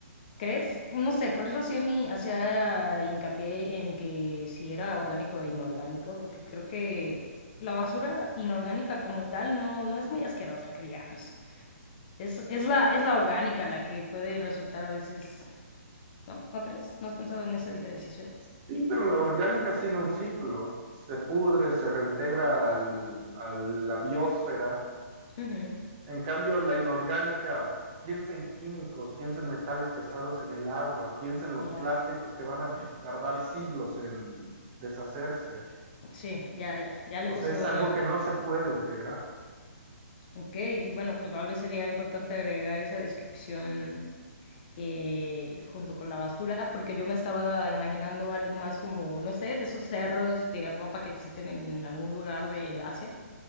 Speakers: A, on the left (about 35°); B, on the right (about 35°).
A: ¿Crees? No sé, por eso hacía mi, hacía hincapié en que si era orgánico o inorgánico, porque creo que la basura inorgánica como tal no, no es muy asquerosa, que digamos. Es, es la, es la orgánica la que puede resultar a veces, ¿no? ¿No crees? ¿No has pensado en esa diferenciación?
B: Sí, pero la orgánica sigue un ciclo, se pudre, se reintegra al- a la biosfera.
A: Ujú,
B: En cambio, la inorgánica piensa en químicos, piensa en metales pesados en el agua, piensa en los
A: Ya.
B: plásticos que van a tardar siglos en deshacerse.
A: Sí, ya, ya. Ya
B: O
A: le puse
B: sea, es
A: una.
B: algo que no se puede integrar.
A: Ok, bueno, que tal vez sería importante agregar esa descripción eh, junto con la basura, porque yo me estaba imaginando algo más como, no sé, de esos cerros de ropa que existen en algún lugar de Asia,